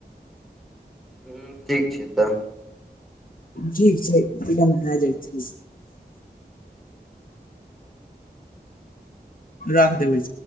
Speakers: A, in the centre; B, on the left.
A: ह ठीक छै तऽ‌।
B: ठीक छै हम नहाय जाइ छै। राख देबै।